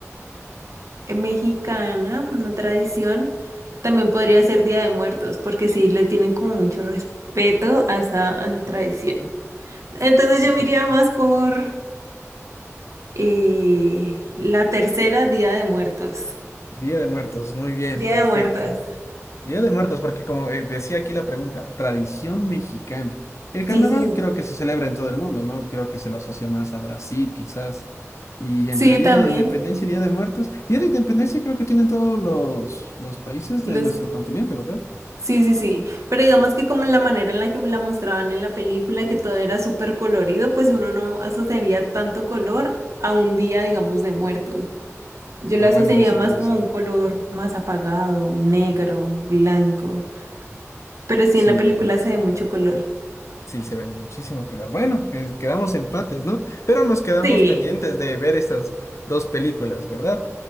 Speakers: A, on the right; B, on the left.
A: eh, mexicana, una tradición, también podría ser Día de Muertos, porque sí le tienen como mucho respeto a esa, a esa tradición. Entonces yo
B: Exacto.
A: me iría más por eh, la tercera Día de Muertos.
B: Día de Muertos, muy bien,
A: Día
B: perfecto.
A: de Muertos.
B: Día de Muertos, porque como eh, decía aquí la pregunta, tradición mexicana. El carnaval
A: Sí, sí, sí.
B: creo que se celebra en todo el mundo, ¿no? Creo que se lo asocia más a Brasil, quizás. Y
A: Sí,
B: entre Día
A: también.
B: de Independencia y Día de Muertos, Día de Independencia creo que tienen todos los, los países
A: Los...
B: de nuestro continente, ¿verdad?
A: Sí, sí, sí. Pero digamos que como la manera en la que me la mostraban en la película, que todo era súper colorido, pues uno no asociaría tanto color a un día, digamos, de muertos. Yo lo
B: Ah,
A: asociaría
B: bueno, en eso
A: más
B: tienes,
A: como un color más apagado, negro, blanco. Pero sí,
B: sí,
A: en la película
B: tienes razón.
A: se ve mucho color.
B: Sí, se ve muchísimo color. Bueno, eh, quedamos empates, ¿no? Pero nos quedamos
A: Sí.
B: pendientes de ver estas dos películas, ¿verdad?